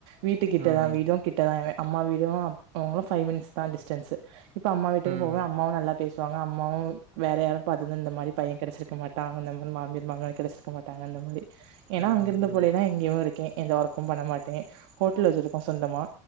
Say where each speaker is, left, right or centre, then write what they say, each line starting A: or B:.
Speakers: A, on the right; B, on the right.
A: வீட்டுக்கிட்ட
B: ம்
A: தா வீடு கிட்டதான அம்மா வீடு அப்பாவு ஃபைவ் மினிட்ஸ் தா டிஸ்டன்ஸ் இப்ப அம்மா வீட்டுக்கு
B: ம்
A: போவ அம்மாவு நல்லா பேசுவாங்க அம்மாவு வேற யாரு பாத் இந்தந்த மாரி பைய கெடச்சிருக்க மாட்டா அந்த மாரி மாமியார் மாமனார் கெடச்சிருக்க மாட்டாங்க அந்தமாரி ஏன்னா
B: ம்
A: அங்கிருந்த
B: ம்
A: போலயேதா இங்கேயு இருக்கே எந்த ஒர்க்கு பண்ண மாட்டே ஹோட்டல் வச்சிருக்கோ சொந்தமா